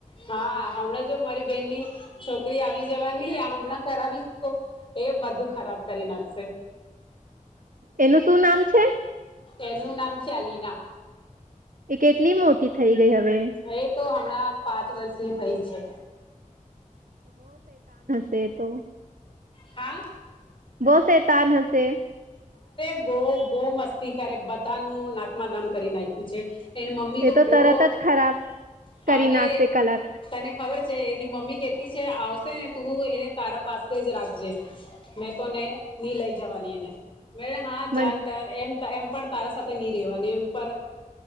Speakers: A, on the left; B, on the right.
A: હા હમણાં જો મારી બેન ની છોકરી આવી જવાની હમણાં કરાવીશ તો એ. <inaudible> નાખશે
B: એનું શું નામ છે?
A: એનું નામ છે અલીના.
B: એ કેટલી મોટી થઈ ગઈ હવે
A: એ તો હમણાં પાંચ વર્ષની થઇ છે.
B: તે તો
A: હા
B: બહસ સ્ન હશે
A: બહ બહ મસ્તી કરે બધા નું નાકમાં દામ કરી નાખી છે એની મમ્મી તો
B: એ
A: બો
B: તરત જ ખરાબ
A: હારે
B: કરી નાખશે કલર
A: તને ખબર છે એની મમ્મી કે છે આવશે ને હું એને તારા પાસે જ રાખજે મેં તોને ની લઈ જવાની એને મે હા ચાલ
B: મન
A: ત એમ એમ પણ તારા સાથે નહી રેવાની એમ પર